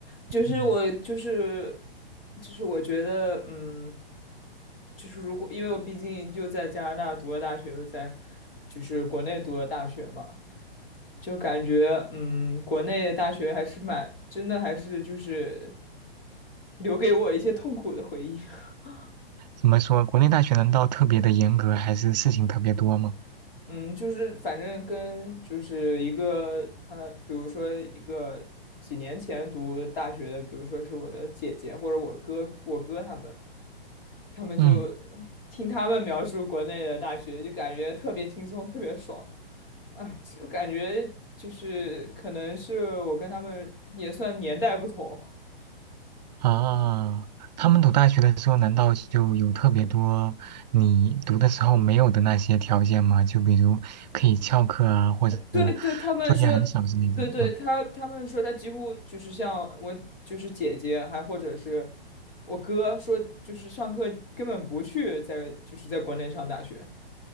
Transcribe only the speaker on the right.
嗯，
怎么说，国内大学难道特别的严格，还是事情特别多吗？
嗯。
啊，他们读大学的时候，难道就有特别多你读的时候没有的那些条件吗？就比如可以翘课啊，或者
作业很少之类的。
嗯，